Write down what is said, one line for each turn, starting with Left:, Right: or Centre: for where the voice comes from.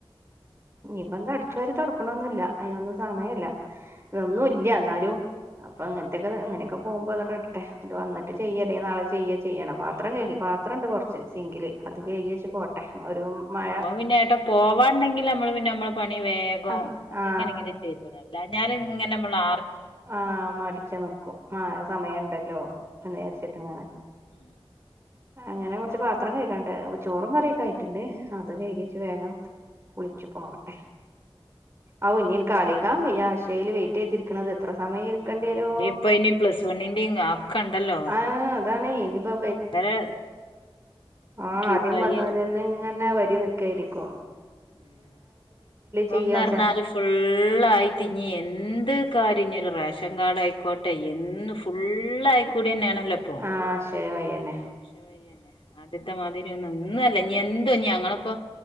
Right: ഇനിയിപ്പൊ അടിച്ചു വാരി തൊടക്കണൊന്നും ഇല്ല. അതിനൊന്നും സമയല്ല ഇതൊന്നും ഇല്ല എന്നാലും അപ്പൊ
Left: ആഹ്
Right: അങ്ങനത്തൊക്കെ അങ്ങനെയൊക്കെ പോകുമ്പ അതങ്ങട്ട് ഇടട്ടെ അത് വന്നട്ട്
Left: ആഹ്
Right: ചെയ്യ അല്ലേ നാളെ ചെയ്യ ചെയ്യണം പാത്രം കഴുകി പാത്രം പാത്രം ഉണ്ട് കുറച്ച് സിങ്കില് അത് കഴുകി വെച്ച് പോട്ടെ ഒരു മഴ
Left: ഞമ്മള് പിന്നെ എങ്ങട്ടോ പോവാണ്ടെങ്കിൽ <unintelligible> പണി വേഗം
Right: ആ
Left: അത്ങ്ങനെ
Right: ആ
Left: ഇങ്ങനെ ചെയ്തോളും അല്ലാഞ്ഞാൽ ഇങ്ങനെ ഞമ്മള്
Right: ഹാ മടിച്ചു നിക്കും ആഹ സമയുണ്ടല്ലോ എന്ന്
Left: ഉം
Right: വിചാരിച്ചിട്ട് ഇങ്ങനെ
Left: ഉം
Right: അങ്ങനെ കുറച്ച് പാത്രം കഴുകാണ്ട്. ചോറും കറിയൊക്കെ ആയിട്ടുണ്ട് അത് കഴുകി
Left: ഉം
Right: വെച്ച് വേഗം കുളിച്ചു
Left: ഉം
Right: പോവട്ടെ.
Left: ഉം
Right: ഔ ഇനി എനിക്ക് ആലോയ്ക്കാൻ വയ്യ അക്ഷയീല്ല വെയിറ്റ് ചെയ്തിരിക്കണത് എത്ര സമയം ഇരിക്കേണ്ടി
Left: ആഹ്
Right: വരോ
Left: അവിടെ ഇപ്പൊ ഇനി പ്ലസ് വണ്ണിന്റെയും ഒക്കെ ഉണ്ടല്ലോ
Right: ആ അതാണ് ഇനിപ്പൊ
Left: <unintelligible>
Right: ആ
Left: ക്യൂ
Right: ആദ്യം
Left: ആയി
Right: വന്നവരന്നെ ഇങ്ങനെ വരിനിക്കാ <unintelligible>
Left: ഉ ഇപ്പംന്ന്
Right: ചെയ്യാച്ചാ
Left: പറഞ്ഞാല് ഫുള്ളായി തിങ്ങി എന്ത് എന്ത് കാര്യം ഞ്ഞി റേഷൻ കാർഡ് ആയിക്കോട്ടെ എന്ന് ഫുള് ആയിക്കൂടി തന്നെയാണ് അല്ലപ്പോ
Right: ആഹ് അക്ഷയ വഴിയന്നെ
Left: അക്ഷയ വഴി തന്നെ ആദ്യത്തെ മാതിരി ഒന്നും ഒന്നുംല്ല ഇനി എന്തോ ഞങ്ങളിപ്പോ